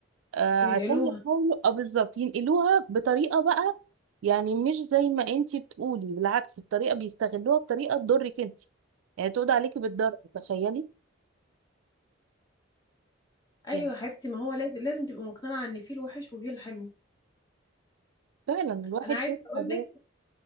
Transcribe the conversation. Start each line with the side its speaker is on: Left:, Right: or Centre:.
Right: أه
Left: وينقلوها
Right: عشان يحاولوا اه بالظبط ينقلوها بطريقه بقى يعني مش زي ما انت بتقولي بالعكس بطريقه بيستغلوها بطريقه تضرك انت يعني تقعد عليكي بالضرر تخيلي
Left: ايوه
Right: يعني
Left: يا حبيبتي ما هو لازم لازم تبقى مقتنعه ان في الوحش وفي الحلو
Right: فعلا الواحد
Left: انا عايزه
Right: شاف
Left: اقول
Right: حاجات
Left: لك